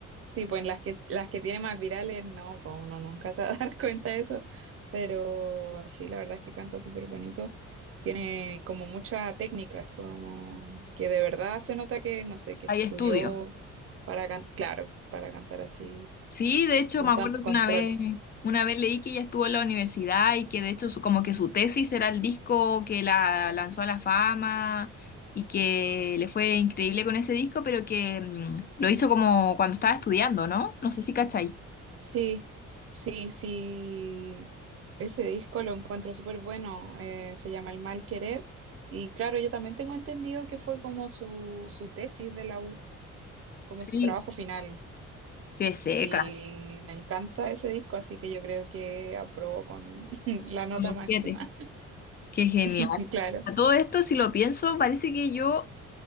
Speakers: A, on the right; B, on the left.
A: sí, pues en las que las que tiene más virales, no, pues uno nunca <laughs> se va a dar <laughs> cuenta de eso. Pero sí, la verdad es que canta súper bonito. Tiene como mucha técnica, es como que de verdad se nota que, no sé, que
B: Hay
A: estudió
B: estudios.
A: para cantar, claro, para cantar así,
B: Sí, de hecho
A: con
B: me acuerdo
A: tanto control.
B: que una vez, una vez leí que ella estuvo en la universidad y que de hecho su- como que su tesis era el disco que la lanzó a la fama y que le fue increíble con ese disco, pero que mm, lo hizo como cuando estaba estudiando, ¿no? No sé si cachai.
A: Sí, sí, sí. Ese disco lo encuentro súper bueno. eh, se llama El Mal Querer. Y claro, yo también tengo entendido que fue como su, su tesis de la U. como
B: Sí.
A: su trabajo final.
B: Qué seca,
A: Y me encanta ese disco, así que yo creo que aprobó con <laughs> la nota
B: como
A: máxima.
B: siete. Qué genial.
A: <laughs> Claro.
B: A todo esto, si lo pienso, parece que yo